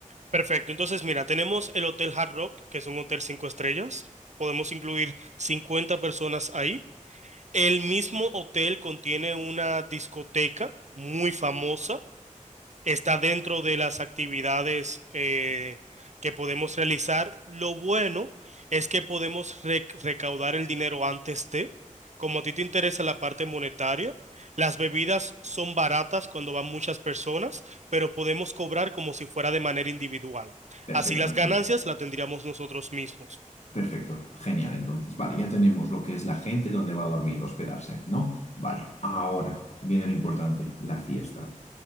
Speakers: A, on the right (about 60°); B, on the left (about 55°).
A: Perfecto, entonces mira, tenemos el Hotel Hard Rock, que es un hotel cinco estrellas, podemos incluir 50 personas ahí. El mismo hotel contiene una discoteca muy famosa está dentro de las actividades eh, que podemos realizar. Lo bueno es que podemos re- recaudar el dinero antes de, como a ti te interesa la parte monetaria, las bebidas son baratas cuando van muchas personas, pero podemos cobrar como si fuera de manera individual.
B: Perfecto,
A: Así las ganancias las tendríamos nosotros mismos.
B: perfecto, genial. Entonces, vale, ya tenemos lo que es la gente, dónde va a dormir, hospedarse, ¿no? Vale, ahora viene lo importante, la fiesta.